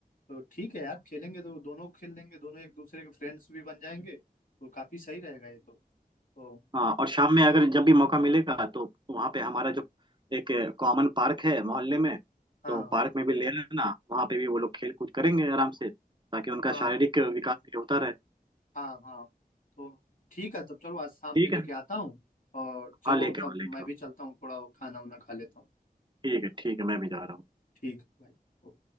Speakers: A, on the left (about 55°); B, on the right (about 30°).
A: तो ठीक है यार खेलेंगे तो दोनों खेल लेंगे दोनों एक दूसरे के फ्रेंड्स भी बन जाएंगे तो काफी सही रहेगा ये तो तो
B: हाँ और शाम में अगर जब भी मौका मिलेगा तो वहाँ पे हमारा जो एक कॉमन पार्क है मोहल्ले में
A: हाँ
B: तो पार्क
A: हाँ
B: में भी ले लेना वहाँ पे भी वो लोग खेल कूद करेंगे आराम से ताकि उनका
A: हाँ
B: शारीरिक विकास भी होता रहे
A: हाँ हाँ तो ठीक है तब चलो आज शाम
B: ठीक
A: में लेके
B: है
A: आता हूँ और चलो
B: हाँ लेके
A: तब
B: आओ लेके
A: मैं भी
B: आओ
A: चलता हूँ थोड़ा खाना वाना खा लेता हूँ
B: ठीक है ठीक है मैं भी जा रहा हूँ
A: ठीक है भाई